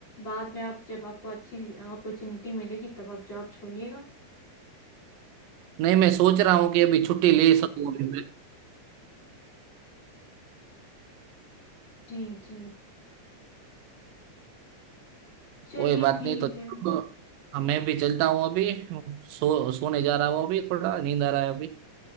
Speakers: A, on the left (about 35°); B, on the right (about 80°).
A: बाद में आप जब आपको अच्छी अपॉर्चुनिटी मिलेगी तब आप जॉब छोड़िएगा
B: नहीं मैं सोच रहा हूँ कि अभी छुट्टी ले सकूँ अभी
A: जी जी चलिए
B: कोई बात
A: ठीक
B: नहीं तो
A: है
B: अब मैं भी चलता हूँ अभी सो सोने जा रहा हूँ अभी थोड़ा नींद आ रहा है अभी